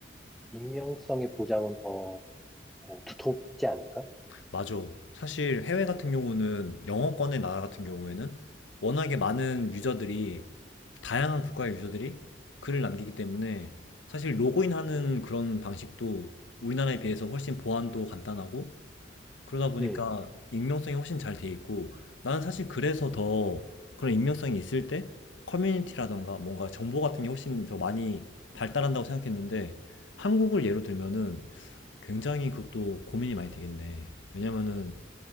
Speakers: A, in the centre; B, on the left.
A: 익명성의 보장은 더 어, 두텁지 않을까?
B: 맞아. 사실 해외 같은 경우는 영어권의 나라 같은 경우에는 워낙에 많은 유저들이 다양한 국가의 유저들이 글을 남기기 때문에 사실 로그인하는 그런 방식도 우리나라에 비해서 훨씬 보안도 간단하고 그러다 보니까
A: 음,
B: 익명성이 훨씬 잘 돼 있고 나는 사실 그래서 더 그런 익명성이 있을 때 커뮤니티라던가 뭔가 정보 같은 게 훨씬 더 많이 발달한다고 생각했는데 한국을 예로 들면은 굉장히 그것도 고민이 많이 되겠네. 왜냐면은